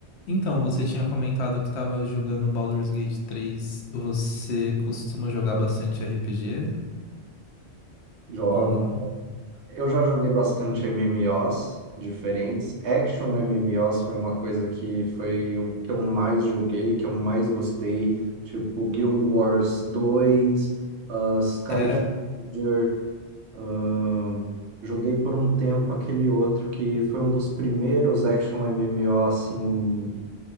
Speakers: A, on the left; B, on the right.
A: Então, você tinha comentado que estava jogando Baldur's Gate 3. Você costuma jogar bastante RPG
B: Jogo.
A: ou não?
B: Eu já joguei bastante MMOs diferentes. Action MMOs foi uma coisa que foi o que eu mais joguei, que eu mais gostei. Tipo Guild Wars dois ah, Skyforger.
A: Tera
B: ahn, joguei por um tempo aquele outro que foi um dos primeiros action MMO assim,